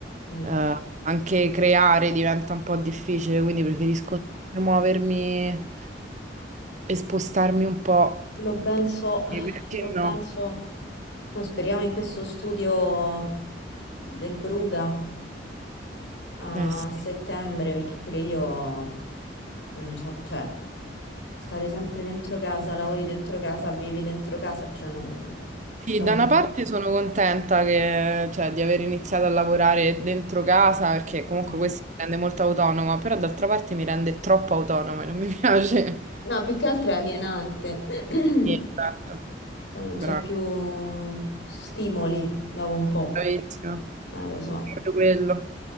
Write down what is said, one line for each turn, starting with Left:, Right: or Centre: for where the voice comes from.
Left: Eh,
Right: eh, anche creare diventa un po' difficile, quindi preferisco muovermi e spostarmi un po'.
Left: Lo ben so,
Right: E perché
Left: lo ben
Right: no?
Left: so. Mo speriamo in questo studio del Bruga. a
Right: Eh sì.
Left: settembre perché pure io non c'ho, cioè, stare sempre dentro casa, lavori dentro casa, vivi dentro casa, cioè non,
Right: Sì,
Left: dopo
Right: da
Left: un
Right: una parte
Left: po'.
Right: sono contenta che, cioè, di aver iniziato a lavorare dentro casa perché comunque
Left: mm.
Right: questo mi rende molto autonoma, però d'altra parte mi rende troppo autonoma e non mi <laughs> piace.
Left: No, più che altro è alienante, <clears throat>
Right: Sì, esatto,
Left: poi non
Right: bravo,
Left: c'hai più stimoli dopo un po',
Right: bravissimo.
Left: eh, lo so.
Right: È proprio quello.